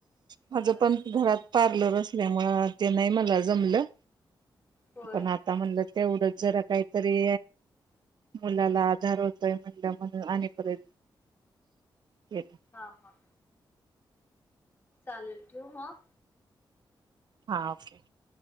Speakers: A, on the right (about 60°); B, on the left (about 25°).
A: माझं
B: बरं
A: पण
B: बर
A: घरात पार्लर अस त्यामुळं ते नाही मला जमलं
B: होय
A: पण आता म्हणलं तेवढंच जरा काहीतरी मुलाला आधार होतोय म्हण म्हण आणि परत केलं.
B: हा हा चालेल ठेऊ मग
A: हा ओके